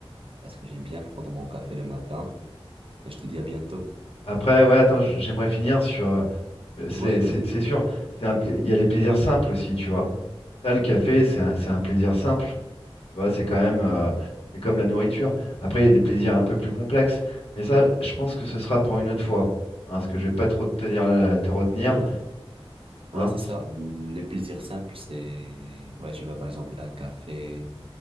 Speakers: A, on the right (about 65°); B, on the left (about 75°).
A: parce que j'aime bien prendre mon café le matin. Et je te dis à bientôt.
B: Après, ouais, attends, j- j'aimerais finir sur. euh, le- c'est
A: Ouais,
B: c'est-
A: vas-y.
B: c'est sûr, c'est un pla- il y a les plaisirs simples aussi, tu vois. Ça, le café, c'est un, c'est un plaisir simple. Tu vois, c'est quand même, euh, c'est comme la nourriture. Après, il y a des plaisirs un peu plus complexes, mais ça, je pense que ce sera pour une autre fois, hein, parce que je vais pas trop te tenir, la- te retenir,
A: Ouais,
B: hein.
A: ouais, c'est ça. Les plaisirs simples, c'est, ouais, je vois par exemple un café,